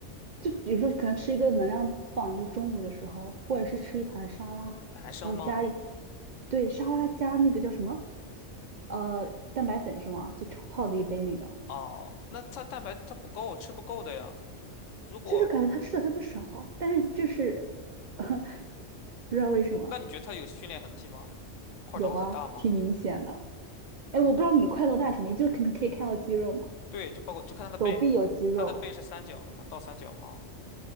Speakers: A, on the right; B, on the left.
A: 就有时候可能吃一个能量棒，就中午的时候，或者是吃一盘沙拉，
B: 男生吗？
A: 然后加一，对，沙拉加那个叫什么，呃，蛋白粉是吗？就炒泡的一杯那个，
B: 哦，那他蛋白它不够，吃不够的呀。如果，
A: 就是感觉他吃的特别少，但是就是 <laughs> 不知道为什么
B: 那你觉得他有训练痕迹吗？块头很大吗？
A: 有啊，挺明显的。哎，我不知道你的快乐大什么就是可能可以看到肌肉嘛，
B: 对，就包括就看他的背，
A: 手臂有肌肉，
B: 他的背是三角的吗？倒三角吗？